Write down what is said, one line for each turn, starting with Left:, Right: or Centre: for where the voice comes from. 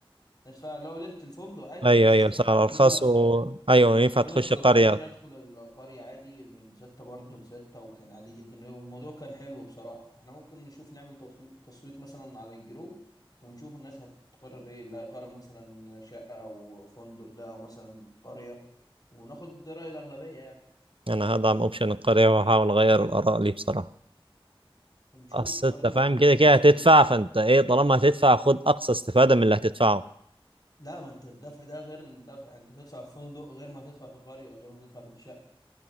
Left: ندفع اللي هو ليلة الفندق عادي
Right: ايوه
Left: بس
Right: ايوه سعر
Left: لينا
Right: ارخص
Left: س...
Right: و... ايوه ينفع
Left: لينا
Right: تخش
Left: صلاحية
Right: قرية
Left: ان احنا ندخل القرية عادي من ستة برضه لستة وكان عادي جدا والموضوع كان حلو بصراحة فاحنا ممكن نشوف نعمل تصويت, تصويت مثلا على الجروب ونشوف الناس هتقرر ايه اللي هيقرر مثلا شقة او فندق ده او مثلا قرية وناخد رأي الأغلبية يعني
Right: انا هدعم اوبشن القرية وهحاول اغير الاراء لي بصراحة
Left: ونشوف
Right: اصل
Left: وبرضه
Right: انت فاهم
Left: عايزين
Right: كده
Left: نشوف
Right: كده هتدفع فانت ايه طالما هتدفع خد اقصى استفاده من اللي هتدفعه
Left: لا ما انت الدفع ده غير الدفع يعني انت تدفع في فندق غير ما تدفع في قرية غير ما تدفع في الشقة